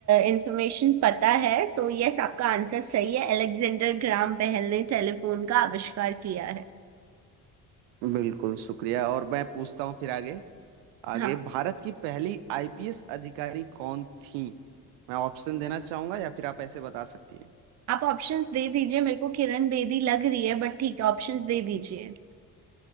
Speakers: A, on the right; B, on the right.
A: इंफॉर्मेशन पता है सो so, यस आपका आंसर सही है अलेक्जेंडर ग्राम बेल ने टेलीफोन का आविष्कार किया है
B: बिल्कुल शुक्रिया और मैं पूछता हूँ फिर आगे आगे
A: हाँ
B: भारत की पहली आईपीएस अधिकारी कौन थी मैं ऑप्शन देना चाहूंगा या फिर आप ऐसे बता सकती हैं
A: आप ऑप्शंस दे दीजिए मेरे को किरण बेदी लग रही है बट ठीक है ऑप्शंस दे दीजिए